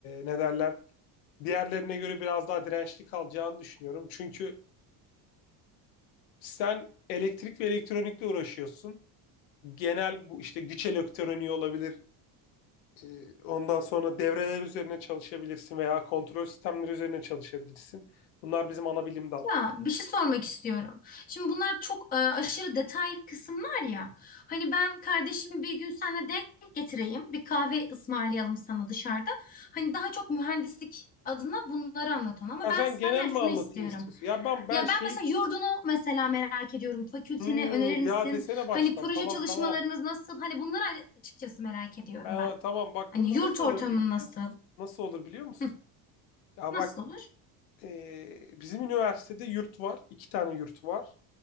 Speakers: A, on the left; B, on the left.
A: ne derler? Diğerlerine göre biraz daha dirençli kalacağını düşünüyorum. Çünkü sen elektrik ve elektronikle uğraşıyorsun. Genel bu işte güç elektroniği olabilir. E, Ondan sonra devreler üzerine çalışabilirsin veya kontrol sistemleri üzerine çalışabilirsin. Bunlar bizim ana bilim dal.
B: Ya bir şey sormak istiyorum. Şimdi bunlar çok e, aşırı detay kısımlar ya. Hani ben kardeşimi bir gün seninle denk getireyim. Bir kahve ısmarlayalım sana dışarıda. Hani daha çok mühendislik adına bunları anlat ona. Ama
A: Ya
B: ben
A: sen
B: senden
A: genel
B: şunu
A: mi anlatayım
B: istiyorum.
A: istiyorsun? Ya ben ben
B: Ya
A: şey
B: ben mesela yurdunu mesela merak ediyorum. Fakülteni
A: hmm,
B: önerir misin?
A: ya desene baştan.
B: Hani proje
A: Tamam
B: çalışmalarınız
A: tamam.
B: nasıl? Hani bunları açıkçası merak ediyorum
A: Ha,
B: ben.
A: tamam bak
B: Hani
A: burada
B: yurt
A: nasıl
B: ortamın
A: olabilir biliyor
B: nasıl?
A: musun? Nasıl olur biliyor musun?
B: Hı,
A: Ya
B: nasıl
A: bak
B: olur?
A: e, bizim üniversitede yurt var. İki tane yurt var